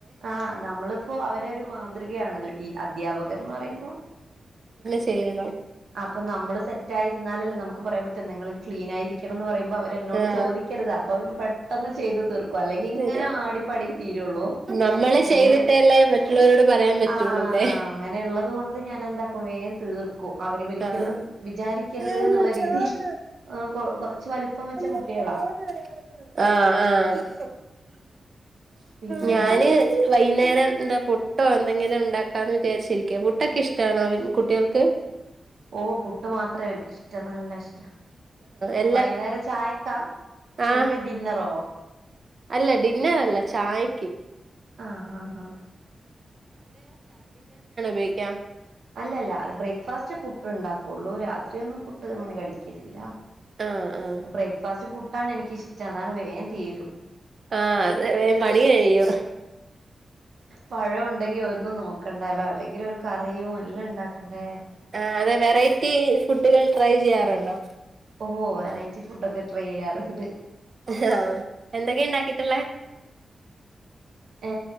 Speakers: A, on the right (about 80°); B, on the right (about 45°).
A: ആഹ് നമ്മളിപ്പോ അവ തൊരു മാതൃകയാണല്ലോ ഈ അധ്യാപകർന്ന് പറയുമ്പോ
B: ട്ടേണം.
A: അപ്പ നമ്മൾസെറ്റയിരുന്നാലല്ലോ നമുക്ക് പറയാൻപറ്റനിങ്ങൾ ക്ലീനയിരിക്കണം എന്ന് പറയ മ്പ അവരെന്നോട്
B: ആഹ്
A: ചോദിക്കരുതാ അപ്പ പെട്ടെന്ന് ചെയ്ത് തീർ ക്കു അല്ലെങ്കി
B: ശരിയാ
A: ഇങ്ങനെ ആടി പടി തീരുള്ളൂ
B: നമ്മള്
A: ഇങ്ങനെ
B: ചെയ്തിട്ടല്ലേ മറ്റുള്ളവരോട് പറയാൻ പറ്റുള്ളൂല്ലേ
A: ആ അങ്ങനെള്ളത് കൊണ്ട് ഞാൻ എന്ത വേ തീർക്കും
B: ആഹ്
A: അവര് ഒരിക്കലും വിചാരിക്കരുത് എന്നുള്ള രീതിയിൽ
B: ആഹ്
A: കൊറച്ച് വലിപ്പം വെച്ച കുട്ടികളാ
B: ആഹ്
A: പിന്നെ
B: ഞാന് വൈകുന്നേരം ന്താ പുട്ടോ എന്തെങ്കിലും ഉണ്ടാക്കാന്ന് വിചാരിച്ചിരിക്കുവ പുട്ടൊക്കെ ഇഷ്ടാണോ കുട്ടികൾക്ക്
A: ഓ പുട്ട് മാത്രേ അവക്ക് ഇഷ്ടം നല്ല ഇഷ്ടം
B: എല്ലാ
A: വൈകുന്നേരം ചായക്കാ
B: ആഹ്
A: എല്ല ഡിന്നറോ
B: അല്ല ഡിന്നർ അല്ല ചായക്ക്
A: ആ ഹ ഹ
B: വേക്ക
A: അല്ലല്ല ബ്രേക്ക്ഫാസ്റ്റ് പുട്ട് ഇണ്ടാക്കുള്ളൂ രാത്രി ഒന്നും പുട്ട് അങ്ങനെ കഴിക്കലില്ല
B: ആഹ് ആഹ്
A: ബ്രേക്ഫാസ്റ്റ് പു ട്ടാണ് എനിക്കിഷ്ടം അതാണ് വേൻ തീരും
B: ആഹ് അത് വേം പണി കഴിയും
A: പഴം ഉണ്ടെങ്കി ഒന്നും ഒക്കെ ഉണ്ടല്ലോ അല്ലെങ്കിൽ ഒരു കറിയും എല്ലാം ഉണ്ടാക്കേണ്ടേ
B: ആ അതെ വെറൈറ്റി ഫുഡുകൾ ട്രൈ ചെയ്യാറുണ്ടോ
A: ഓഹ് വെറൈറ്റി ഫുഡ് ഒക്കെ ട്രൈ ചെയ്യാറുണ്ട്
B: ആഹ് എന്തൊക്കെയ ഉണ്ടകിട്ടുള്ള
A: ഏ